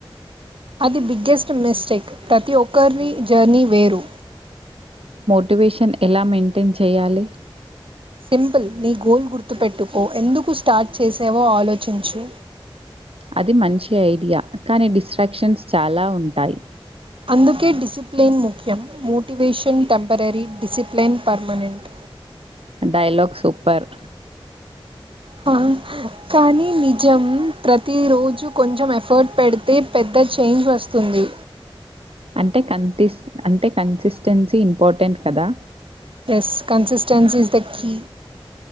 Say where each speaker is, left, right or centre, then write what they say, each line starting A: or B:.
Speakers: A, on the right; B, on the right.
A: అది బిగ్గెస్ట్ మిస్టేక్ ప్రతి ఒక్కర్ని జర్నీ వేరు
B: మటివేషన్ ఎలా మెయింటైన్ చెయ్యాలి
A: సింపుల్ నీ గోల్ గుర్తుపెట్టుకో ఎందుకు స్టార్ట్ చేసావో ఆలోచించు
B: అది మంచి ఐడియా కానీ డిస్ట్రాక్షన్స్ చాలా ఉంటాయి
A: అందుకే డిసిప్లిన్ ముఖ్యం motivation temporary discipline permanent
B: dialogue super
A: హా కానీ నిజం ప్రతిరోజు కొంచెం ఎఫర్ట్ పెడితే పెద్ద చేంజ్ వస్తుంది
B: అంటే కన్ టిస్ అంటే కన్సిస్టెన్సీ ఇంపార్టెంట్ కదా
A: yes consistency is the key